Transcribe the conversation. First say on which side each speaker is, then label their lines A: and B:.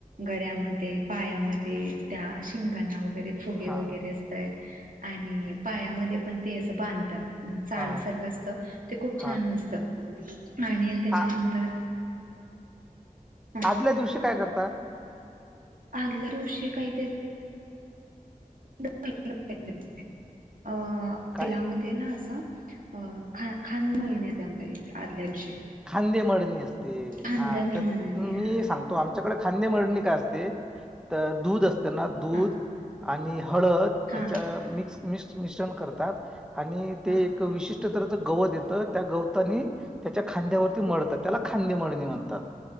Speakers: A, on the right; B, in the centre.
A: गळ्यामध्ये, पायामध्ये त्या शिंगांणा वगैरे फुगे
B: हा
A: वगैरे असतंय आणि पायामध्ये पण ते असं बांधतात. चाळ
B: हा
A: सारखं असतं ते खूप
B: हा
A: छान असतं, आणि त्याच्यानंतर
B: आ-
A: ह
B: आदल्या दिवशी काय करता?
A: आदल्या दिवशी काही ते <unintelligible> अ
B: काय
A: तिला मध्ये ना असं अ खान खान महिन्या आम आदल्या दिवशी
B: खांदे मळणी असते,
A: खानदानी
B: हा तर
A: म्हणणे
B: मी
A: हा.
B: सांगतो आमच्याकडे खांदे मळणी काय असते, तर दूध असत ना दूध
A: हा
B: आणि हळद
A: हा
B: याच्या
A: हा
B: मिक्स मिक्स मिश्रण करतात आणि
A: हा.
B: ते एक विशिष् कुठंतर त, गवत येतं त्या गवतानी त्याच्या खांद्यावरती मळतात त्याला खांदे मळणी म्हणतात